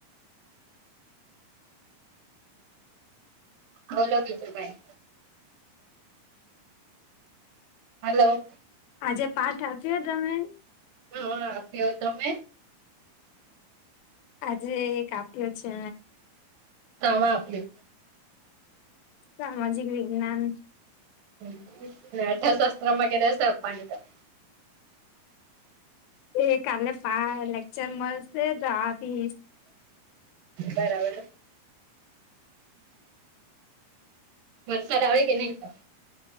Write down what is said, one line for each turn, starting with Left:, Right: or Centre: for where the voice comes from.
Right: ઓલોકેટ ભાઈ હલો
Left: આજે પાઠ આપ્યો તમને?
Right: હા આપ્યો તમે
Left: આજે એક આપ્યો છે
Right: તમે આપ્યો?
Left: સામાજિક વિજ્ઞાન
Right: <unintelligible>
Left: એ કાલે પાય લેક્ચર મળશે તો આપીશ
Right: બરાબર વરસાદ આવે કે ન તો